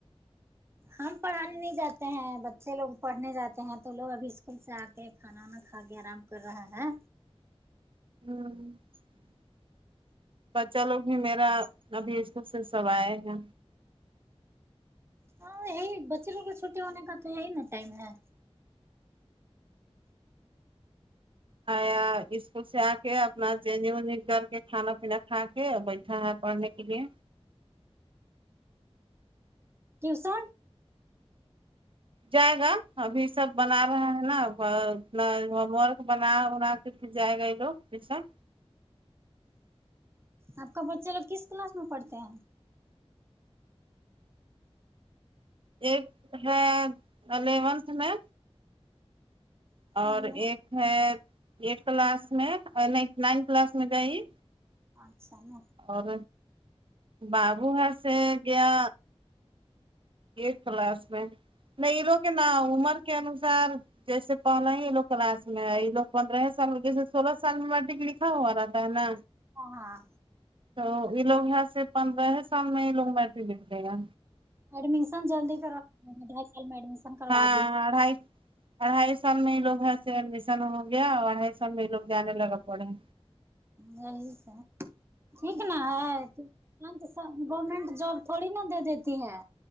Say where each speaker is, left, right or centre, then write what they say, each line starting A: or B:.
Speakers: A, on the right; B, on the right.
A: ہم پڑھانے نہیں جاتے ہیں بچے لوگ پڑھنے جاتے ہیں تو لوگ ابھی اسکول سے آ ایک کھانا وانا کھا کے آرام کر رہا ہے
B: ہوں بچا لوگ بھی میرا ابھی اسکول سے سب آئے گا
A: ہاں یہی بچے لوگوں کا چھٹی ہونے کا تو یہی نا ٹائم ہے
B: آیا اسکول سے آ کے اپنا چنگنگ وگنگ کر کے کھانا پینا کھا کے بیٹھ ہاں ہاں پڑھنے کے لیے
A: کیوں سن
B: جائے گا ابھی سب بنا رہا ہے نا اپنا ہوم ورک بنا انا تو پھر جائے گا یہ لوگ پیچھے
A: آپ کا بچے لوگ کس کلاس میں پڑھتے ہیں
B: ایک ہے الیونتھ میں
A: ہیں
B: اور ایک ہے ایٹتھ کلاس میں نہی نائنتھ کلاس میں گئی
A: اچھا نا
B: اور بابو ہےسے گیا ائٹتھ کلاس میں نہیں یہ لوگ کے ن عمر کے انوسار جیسے پہلا ہی لو کلاس میں آئی یہ لوگ پندر ہی سال میں جیسے سولہ سال میں میٹرک لکھ ہاں وہ رہتا نا
A: ہو ہاں
B: تو یہ لوگ یہاں سے پندرہ ہی سال میں یہ لوگ میٹرک لکھ دے گا
A: ایڈمیشن جلدی کراؤ ڈھائی سال میں ایڈمیشن کروا
B: ہاں
A: دی
B: ہاں آڈھائی اڑھائی سال میں یہ لوگ سے ایڈمیشن ہو گیا اور اڑھائی سال میں یہ لوگ جانے لگا پڑھنے
A: ہوں یہی سے ٹھیک نا ہے ہاں تو س گورنمنٹ جاب تھوڑی نا دے دیتی ہے